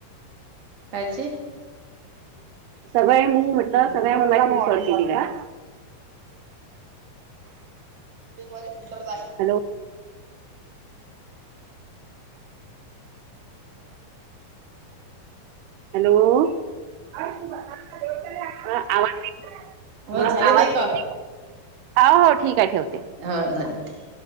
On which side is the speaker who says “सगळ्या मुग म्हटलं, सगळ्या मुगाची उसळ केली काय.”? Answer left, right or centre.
Right